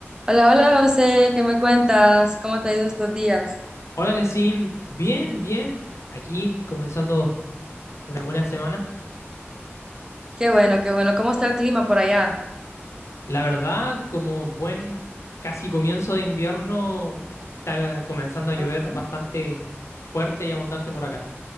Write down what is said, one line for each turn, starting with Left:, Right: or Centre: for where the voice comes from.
Right: Hola, hola José, ¿qué me cuentas? ¿Cómo te ha ido estos días?
Left: Hola, Lesin. Bien, bien. Aquí comenzando una buena semana.
Right: Qué bueno, qué bueno. ¿Cómo está el clima por allá?
Left: La verdad, como buen casi comienzo de invierno, está comenzando a llover
Right: Ajá.
Left: bastante fuerte y abundante por acá.